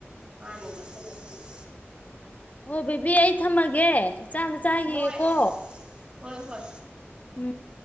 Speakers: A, on the right; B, on the left.
A: ꯃꯥꯅꯦ ꯃꯈꯜ ꯃꯈꯊꯜ
B: ꯑꯣ ꯕꯤꯦꯕꯤ ꯑꯩ ꯊꯝꯃꯒꯦ ꯆꯥꯝꯗ ꯆꯥꯈꯤꯌꯦꯀꯣ
A: ꯍꯣꯏ ꯍꯣꯏ ꯍꯣꯏ
B: ꯎꯝ